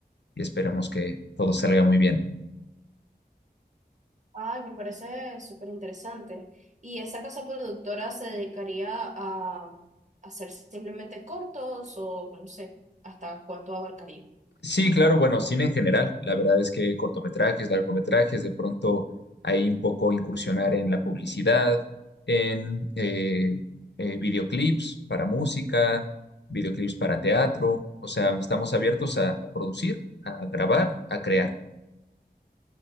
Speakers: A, on the left; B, on the right.
A: y esperemos que todo salga muy bien.
B: Ay, me parece súper interesante. ¿Y esa casa productora se dedicaría a hacer simplemente cortos o no sé, hasta cuánto abarcaría?
A: Sí, claro, bueno, cine en general. La verdad es que cortometrajes, largometrajes, de pronto ahí un poco incursionar en la publicidad, en eh, eh, videoclips para música, videoclips para teatro. O sea, estamos abiertos a a producir, a grabar, a crear.